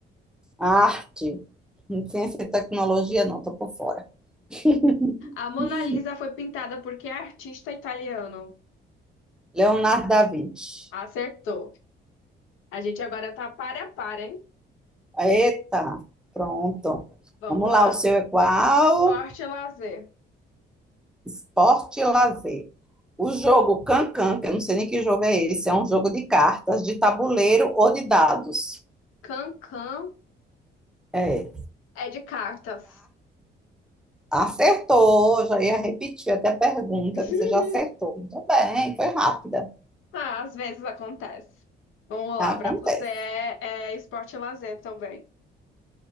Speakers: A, in the centre; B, on the left.
A: Arte, ciência e tecnologia, não, tô por fora. <laughs>
B: A Mona Lisa foi pintada por que artista italiano?
A: Leonardo da Vinci.
B: Acertou. A gente agora tá para a par, hein?
A: Eita, pronto.
B: Vamos
A: Vamos
B: lá.
A: lá, o seu é qual?
B: Esporte e lazer.
A: Esporte e lazer. O jogo Cancan, que eu não sei nem que jogo é esse, é um jogo de cartas, de tabuleiro ou de dados.
B: Can-can
A: É.
B: é de cartas.
A: Acertou, já ia repetir até a pergunta,
B: <laughs>
A: você já acertou. Muito bem, foi rápida.
B: Ah, às vezes acontece. Vamos lá,
A: Acontece.
B: para você é, é esporte e lazer também.